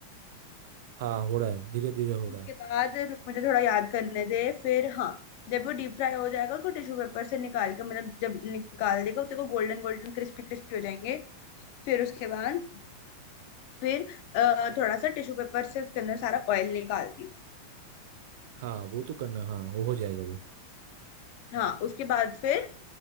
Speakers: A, on the right (about 50°); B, on the left (about 45°).
A: हाँ हो रहा है धीरे धीरे हो रहा
B: उसके
A: है
B: बाद रुक मुझे थोड़ा याद करने दे फिर हाँ जब वो डीप फ्राई हो जाएगा उसको टिश्यू पेपर से निकाल के मतलब जब निकाल देगा तो गोल्डन गोल्डन क्रिस्पी क्रिस्पी हो जाएंगे फिर उसके बाद फिर अ, थोड़ा सा टिश्यू पेपर से उसके अंदर सारा ऑयल निकाल दी
A: हाँ वो तो करना हाँ वो हो जाएगा वो
B: हाँ उसके बाद फिर